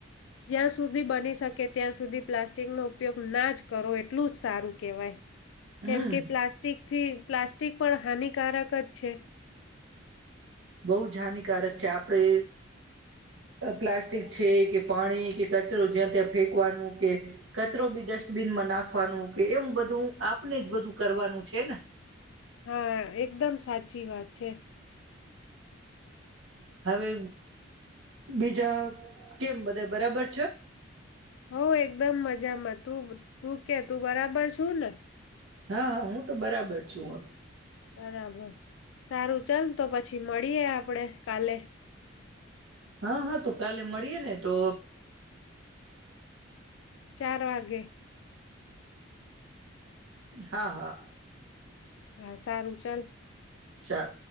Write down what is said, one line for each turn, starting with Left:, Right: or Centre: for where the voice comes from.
Left: જ્યાં સુધી બની શકે ત્યાં સુ સુધી પ્લાસ્ટિકનો ઉપયોગ ના જ કરો એટલું જ સારું કહેવાય. કેમ
Right: હમ
Left: કે પ્લાસ્ટિક થી પ્લાસ્ટિક પણ હાનિકારક જ છે.
Right: બહુ જ હાનિકારક છે, આપડે પ્લાસ્ટિક છે, કે પાણી કે કચરો જ્યાં ત્યાં ફેકવાનું કે કચરો બી ડસ્ટબિનમાં નાખવાનું કે એવું બધું આપણે જ બધું કરવાનું છે, ને.
Left: હા એકદમ સાચી વાત. છે.
Right: હવે બીજા કેમ બધા બરાબર
Left: હો એકદમ મજામાં તું તું કે તું બરાબર સુ ને?
Right: હા હા હું તો બરાબર છું હ.
Left: બરાબર સારું ચાલ તો પછી મળ મળીએ આપણે કાલે
Right: હહ હહ તો કાલે મળીએે ને તો
Left: ચાર વાગે
Right: હા હા
Left: હા સારું ચલ
Right: ચાર